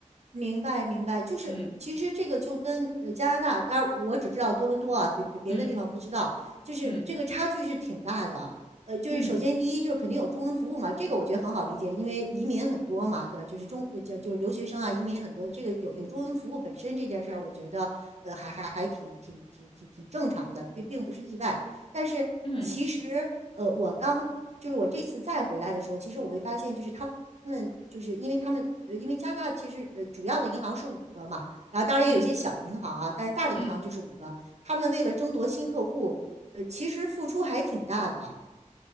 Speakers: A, on the right; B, on the left.
A: 明白，明白，就是其实这个就跟呃加拿大，
B: 嗯
A: 当然我只知道多伦多啊，别别别的地方不知道，
B: 嗯
A: 就是这个差距是挺大的啊。
B: 嗯
A: 呃，就是首先第一就是肯定有中文服务嘛，
B: 嗯
A: 这个我觉得很好理解，因为移民很多嘛，对吧？就是中呃就就是留学生啊，移民很多，这个有有中文服务本身这件事儿，我觉得呃还还还挺挺挺挺挺正常的，并并不是意外。但是其实呃我刚就是我这次再回来的时候，
B: 嗯
A: 其实我会发现就是他他们就是因为他们，呃因为加拿大其实呃主要的银行是五个嘛，然后当然也有一些小银行啊，
B: 嗯
A: 但是大的银行就是五个。
B: 嗯。
A: 他们为了争夺新客户，呃，其实付出还挺大的啊。